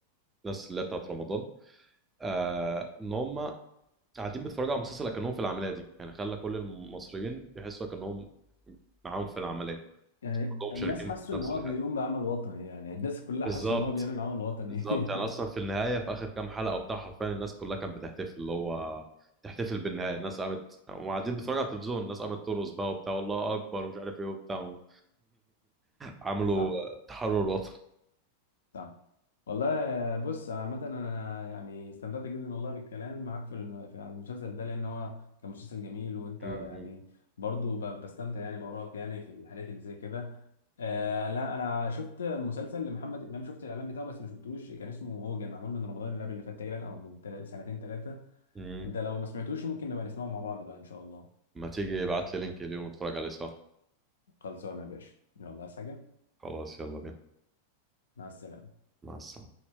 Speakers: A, on the right; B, on the left.
A: الناس اللي هي بتاعت رمضان آه ان هم قاعدين بيتفرجوا على مسلسل اكنهم في العمليه دي يعني خلى كل المصريين يحسوا اكنهم معاهم في العمليه
B: يعني
A: كلهم
B: الناس
A: شاركين
B: حسوا
A: في نفس
B: ان هو
A: الحاجه
B: بيقوم بعمل وطني يعني الناس كلها
A: بالظبط
B: حسوا ان هو بيعمل عمل وطني
A: بالظبط يعني اصلا
B: <laughs>
A: في النهايه في اخر كام حلقه وبتاع حرفيا الناس كلها كانت بتحتفل اللي هو تحتفل بالنهايه الناس قامت وقاعدين بيتفرجوا على التلفزيون الناس قامت ترقص بقى وبتاع والله اكبر ومش عارف ايه وبتاع <laughs> و... عملوا
B: صح
A: تحرر وطني
B: صح والله بص عامة أنا يعني استمتعت جدا والله بالكلام معاك في الم- في- على المسلسل ده لأن هو كان مسلسل جميل وأنت
A: م-
B: يعني برضو ب- بستمتع يعني بأراك يعني في الحاجات اللي زي كده آه لا أنا شفت مسلسل لمحمد إمام شفت الإعلان بتاعه بس ما شفتوش كان اسمه هوجن معمول من رمضان اللي قبل اللي فات تقريبا أو من تل- سنتين ثلاثة
A: م-
B: أنت
A: م.
B: لو ما سمعتوش ممكن نبقى نسمعه مع بعض بقى إن شاء الله
A: ما تيجي ابعت لي لينك اليوم نتفرج عليه سوا
B: خلصانة يا باشا يلا عايز حاجة
A: خلاص يلا بينا
B: مع السلامة
A: مع السلامه